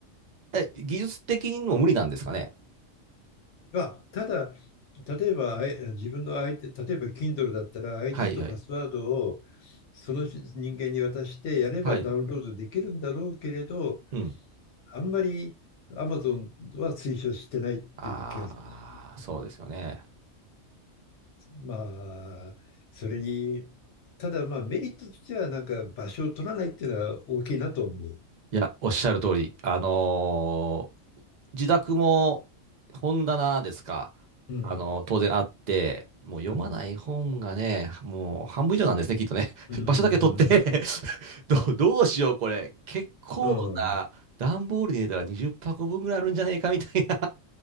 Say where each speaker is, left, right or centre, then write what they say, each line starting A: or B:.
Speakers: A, on the right; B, on the left.
A: え、技術的にも無理なんですかね。
B: まあ、ただ、例えば、あい自分の ID、例えば Kindle だったら ID
A: はいはい。
B: とパスワードをその人人間に渡してやればダウンロードできるんだろうけれど、
A: はい。うん。
B: あんまり Amazon は推奨してないっていう気がするし。
A: ああ、そうですよね。
B: まあ、それに、ただまあメリットとしてはなんか場所を取らないっていうのは大きいなと思う。
A: いや、おっしゃる通り。あのー自宅も本棚ですか。
B: うん。
A: あの、当然あって、もう読まない本がね、
B: うん。
A: もう半分以上なんですね、きっとね。
B: うん。
A: <laughs> 場所だけ取って <laughs> どう、どうしよう、これ。結構な、
B: うん。
A: 段ボールに入れたら20箱分ぐらいあるんじゃねえかみたいな